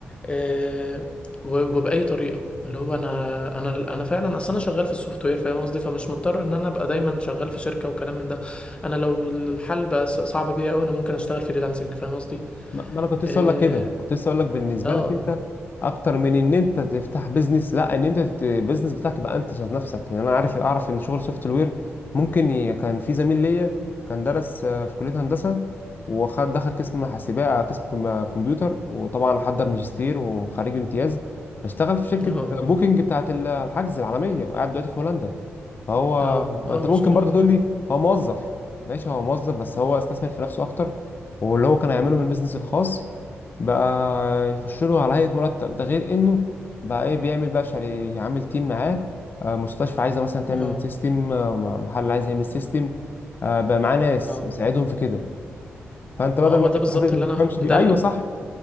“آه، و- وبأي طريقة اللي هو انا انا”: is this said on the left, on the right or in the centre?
Left